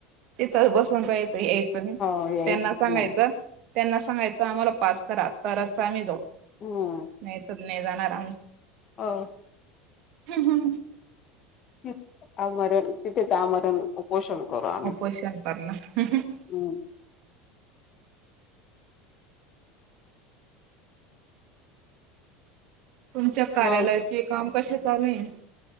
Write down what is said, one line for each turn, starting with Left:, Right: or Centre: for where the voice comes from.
Right: तिथं बसून राहायचं यायचं नाही,
Left: हो यायचंच
Right: त्यांना सांगायचं
Left: नाही
Right: त्यांना सांगायचं आम्हाला पास करा तरच, आम्ही जाऊ
Left: हम्म
Right: नाही तर नाही जाणार आम्ही.
Left: हो.
Right: ह ह.
Left: तेच आमरण तिथेच आमरण उपोषण करू आम्ही.
Right: उपोषण करणार. <unintelligible>
Left: ह.
Right: तुमच्या कार्यालयाचे
Left: मग
Right: काम कसे चालूयं?